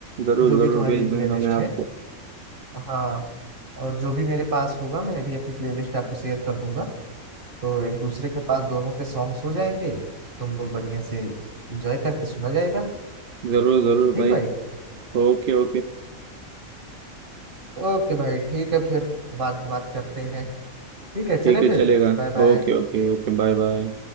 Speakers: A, on the right; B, on the right.
A: जरूर
B: जो भी
A: जरूर
B: तुम्हारी
A: भेज
B: ये
A: दूंगा
B: प्लेलिस्ट
A: मैं आपको
B: है हाँ और जो भी मेरे पास होगा मैं भी अपनी प्लेलिस्ट आपको शेयर कर दूंगा तो एक दूसरे के पास दोनों के सॉन्ग्स हो जाएंगे तुम लोग बढ़िया से एंजॉय करके सुना जाएगा
A: जरूर जरूर
B: ठीक
A: भाई
B: भाई
A: Okay okay
B: ओके भाई ठीक है फिर बाद में बात करते हैं ठीक है चले
A: ठीक है चलेगा
B: फिर बाय बाय
A: Okay okay okay bye bye